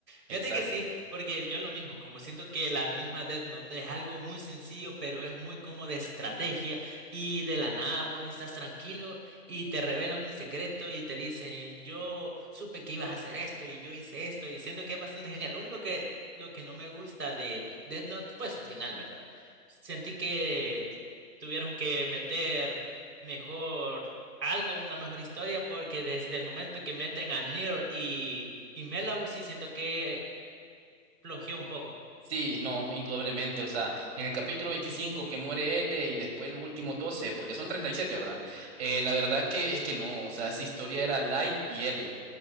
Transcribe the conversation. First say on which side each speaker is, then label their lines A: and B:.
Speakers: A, on the right; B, on the right.
A: Fíjate
B: Exacto.
A: que sí, porque yo lo mismo, como siento que la misma Death Note es algo muy sencillo, pero es muy como de estrategia y de la nada vos estás tranquilo y te revelan un secreto y te dicen, yo supe que ibas a hacer esto y yo hice esto y siento que es bastante genial. Lo único que, lo que no me gusta de Death Note fue su final, ¿verdad? Sentí que tuvieron que meter mejor algo, una mejor historia, porque desde el momento que meten a Nier y y Melau sí siento que flojeó un poco.
B: Sí, no, indudablemente. O sea, en el capítulo 25 que muere L y después los últimos 12, porque son 37, ¿verdad? Eh, la verdad que es que no, o sea, esa historia era Light y L.